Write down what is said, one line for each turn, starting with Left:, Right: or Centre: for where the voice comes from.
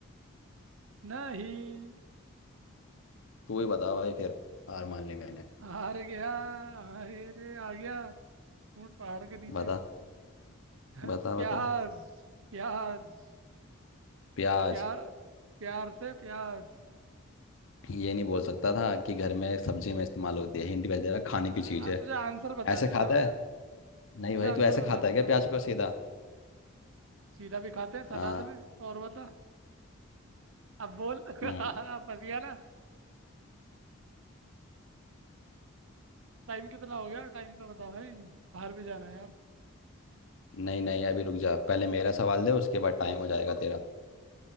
Right: नहीं
Left: तू ही बता भाई फिर हार मान ली मैंने
Right: हार गया अरे आ गया ऊँट पहाड़ के नीचे
Left: बता
Right: <laughs>
Left: बता
Right: प्याज
Left: बता
Right: प्याज
Left: प्याज
Right: प्यार प्यार से प्याज
Left: ये नहीं बोल सकता था कि घर में सब्जी में इस्तेमाल होती है हिंट भेज दे रहा खाने
Right: हाँ
Left: की चीज है
Right: तुझे आंसर बता
Left: ऐसे
Right: देता
Left: खाता
Right: मैं
Left: है
Right: तुझे
Left: नहीं भाई
Right: आंसर
Left: तू ऐसे
Right: बता
Left: खाता
Right: देता
Left: है क्या प्याज
Right: मैं
Left: को सीधा
Right: सीधा भी खाते हैं सलाद
Left: हाँ
Right: में और बता अब बोल <laughs> फंस
Left: हम्म,
Right: गया ना। टाइम कितना हो गया टाइम तो बताओ भाई बाहर भी जाना है यार
Left: नहीं नहीं अभी रुक जा पहले मेरा सवाल दे उसके बाद टाइम हो जाएगा तेरा